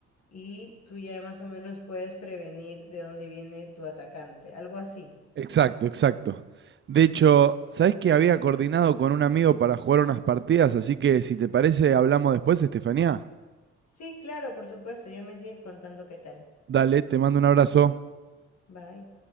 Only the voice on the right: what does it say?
Exacto, exacto. De hecho, ¿sabés que había coordinado con un amigo para jugar unas partidas? Así que si te parece, hablamos después, Estefanía.
Dale, te mando un abrazo.